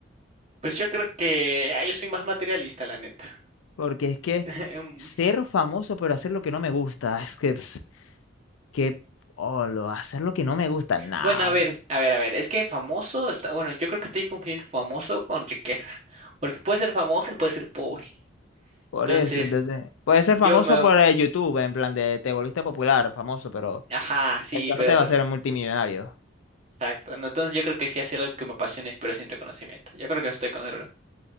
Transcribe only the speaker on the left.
Porque es que
ser famoso pero hacer lo que no me gusta, es que, pss, que, oh, lo- hacer lo que no me gusta, nada.
Por
eso, entonces, puede ser
famoso
por eh, YouTube, en plan de te volviste popular, famoso, pero
eso
no te va
a hacer multimillonario.